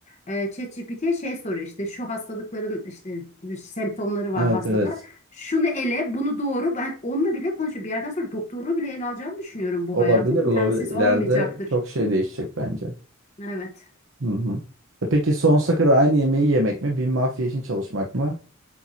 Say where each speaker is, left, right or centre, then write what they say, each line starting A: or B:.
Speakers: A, on the left (about 35°); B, on the right (about 65°).
A: E, ChatGPT'ye şey soruyor işte şu hastalıkların işte semptomları var
B: Evet
A: hastada.
B: evet.
A: Şunu ele, bunu doğru. Ben onunla bile konuşuyorum. Bir yerden sonra doktorluğu bile ele alacağını düşünüyorum bu
B: Olabilir
A: hayatın.
B: olabilir.
A: İnternetsiz olmayacaktır.
B: İleride çok şey değişecek bence.
A: Evet.
B: Hı hı. E peki sonsuza kadar aynı yemeği yemek mi? Bir mafya için çalışmak mı?